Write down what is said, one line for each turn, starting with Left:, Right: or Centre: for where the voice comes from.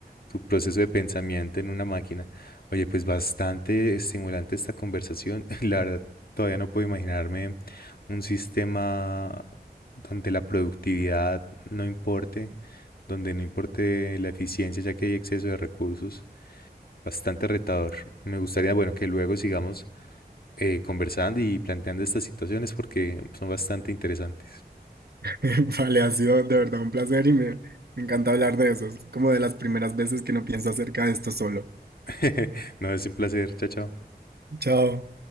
Left: tu proceso de pensamiento en una máquina. Oye, pues bastante estimulante esta conversación. <laughs> La verdad, todavía no puedo imaginarme un sistema donde la productividad no importe, donde no importe la eficiencia, ya que hay exceso de recursos. Bastante retador. Me gustaría, bueno, que luego sigamos eh, conversando y planteando estas situaciones porque son bastante interesantes.
Right: <laughs> Vale, ha sido de verdad un placer y me, me encanta hablar de eso. Es como de las primeras veces que no pienso acerca de esto solo.
Left: <laughs> No, es un placer. Chao, chao.
Right: Chao.